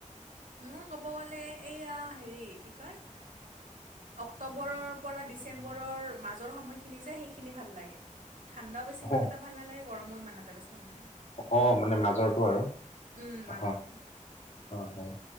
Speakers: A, on the right; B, on the left.
A: মোৰ ক'ব গ'লে এইয়া হেৰি কি কয় অক্টোবৰৰ পৰা ডিচেম্বৰৰ মাজৰ সময়খিনি যে সেইখিনি ভাল লাগে ঠাণ্ডাও বেছি
B: অ
A: ইমান এটা ভালা নালাগে গৰমো ইমান এটা বেছি ভাল নালাগে
B: অ মানে মাজৰতো আৰু
A: উম,
B: অ
A: মাজৰখিনি
B: অ সেই